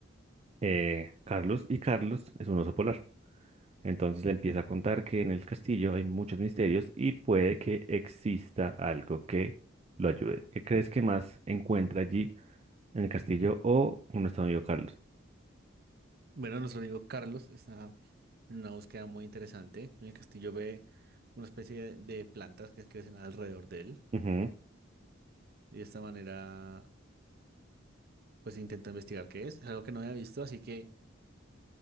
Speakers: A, on the right; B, on the right.
A: eh, Carlos y Carlos es un oso polar. Entonces le empieza a contar que en el castillo hay muchos misterios y puede que exista algo que lo ayude. ¿Qué crees que más encuentra allí en el castillo o un nuestro amigo Carlos?
B: Bueno, nuestro amigo Carlos está en una búsqueda muy interesante. En el castillo ve una especie de plantas que crecen alrededor de él.
A: Ujú,
B: Y de esta manera, pues intenta investigar qué es. Es algo que no había visto, así que